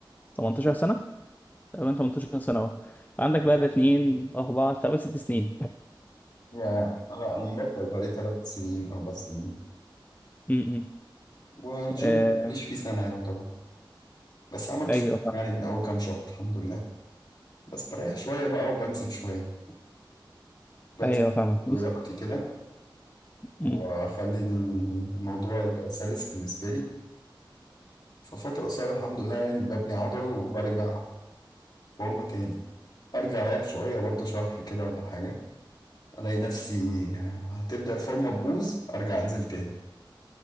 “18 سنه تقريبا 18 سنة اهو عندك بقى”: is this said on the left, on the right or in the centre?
Left